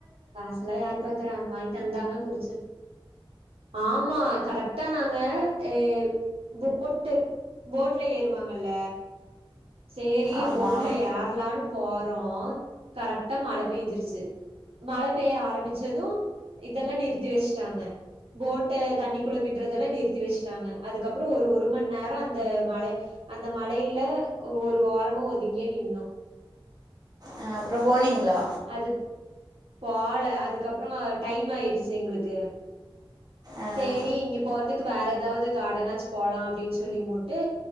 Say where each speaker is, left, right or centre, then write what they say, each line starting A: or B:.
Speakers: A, on the right; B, on the right.
A: காசல்லா யாரு பாக்கறா வாங்கி தந்தாங்க குடிச்ச ஆமா கரெக்டா நாங்க ஏ போட்டு போட்ல ஏறுவாங்கல்ல சேரி
B: ஆமாம்
A: போட்ல யாரலான் போறோ கரெக்டா மழ பெஞ்சிருச்சு மழ பெய்ய ஆரம்பிச்சது இதெல்லா நிறுத்தி வச்சிட்டாங்க போட்ட தண்ணிக்குள்ள விடுறதெல்லா நிறுத்தி வச்சிட்டாங்க அதுக்கப்புறோ ஒரு ஒரு மணி நேரம் அந்த மழ அந்த மழையில ஒரு ஓரமா ஒதுங்கியே நின்னோ
B: அ அப்புறோ போனீங் ங்கலா
A: அது போல அதுக்கப்புறோ டைம் ஆயிருச்சி எங்களுக்கு
B: அஹ்,
A: சேரி இங்க போறதுக்கு வேற ஏதாவது கார்டனாச்சி போலா அப்பிடின் சொல்லிமுட்டு